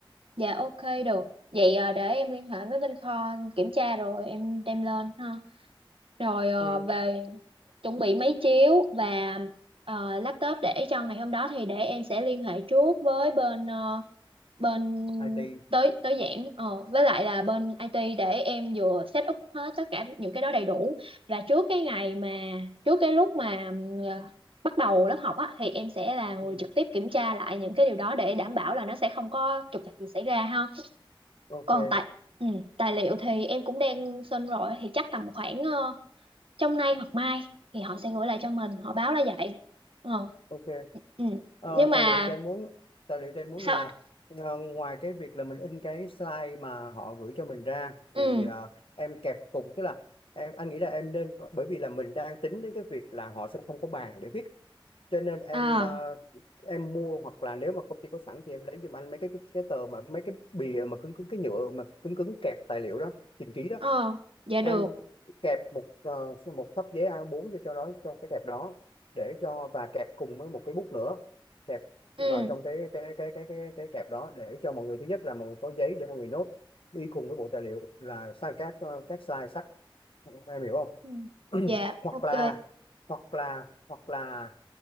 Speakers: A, on the right; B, on the left.
A: dạ ok được vậy ờ, để em liên hệ với bên kho kiểm tra rồi em đem lên ha rồi ờ,
B: ừ
A: về chuẩn bị máy chiếu và ờ, laptop để cho ngày hôm đó thì để em sẽ liên hệ trước với bên ờ, bên
B: IT
A: tới tới giảng ờ với lại là bên IT để em vừa set up hết tất cả những cái đó đầy đủ và trước cái ngày mà trước cái lúc mà ừm, à, bắt đầu lớp học á thì em sẽ là người
B: ừ,
A: trực tiếp kiểm tra lại những cái điều đó để đảm bảo là nó sẽ không có trục trặc gì xảy ra ha
B: ok
A: còn tài ừ, tài liệu thì em cũng đang xin rồi thì chắc tầm khoảng ờ, trong nay hoặc mai thì họ sẽ gửi lại cho mình họ báo là vậy ờ
B: ok
A: ừ.
B: Ờ,
A: nhưng mà
B: tài liệu thì anh muốn tài liệu thì anh muốn
A: sao
B: gì nè
A: anh?
B: Ờ, ngoài cái việc là mình in cái slide mà họ gửi cho mình ra
A: ừ
B: thì ờ, em kẹp cùng tức là em anh nghĩ là em nên có- bởi vì là mình đang tính đến cái việc là họ sẽ không có bàn để viết cho nên em
A: à
B: ờ, em mua hoặc là nếu mà công ty có sẵn thì em lấy giùm anh mấy cái cái, cái tờ mà mấy cái bìa mà cứng cứng cái nhựa mà cứng cứng kẹp tài liệu đó trình ký
A: ờ dạ được
B: em kẹp một ờ, một xấp giấy A4 cho cho đó trong cái kẹp đó để cho và kẹp cùng với một cái bút nữa kẹp
A: ừ
B: vào trong cái cái cái cái cái, cái kẹp đó để cho mọi người thứ nhất là mọi người có giấy để mọi người nốt đi cùng với bộ tài liệu là sang các ờ, các slide sách em hiểu không
A: Ừ.
B: <clears throat>
A: dạ
B: hoặc
A: ok
B: là hoặc là hoặc là